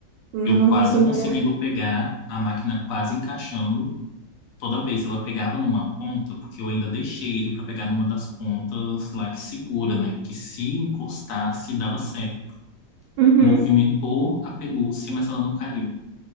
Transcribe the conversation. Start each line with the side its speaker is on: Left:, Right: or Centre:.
Right: Nossa,
Left: Eu quase conseguindo
Right: meu.
Left: pegar, a máquina quase encaixando, Toda vez ela pegava numa ponta, porque eu ainda deixei ele para pegar numa das pontas lá que segura, né? Que se encostasse, dava certo.
Right: Uhum.
Left: Movimentou a pelúcia, mas ela não caiu.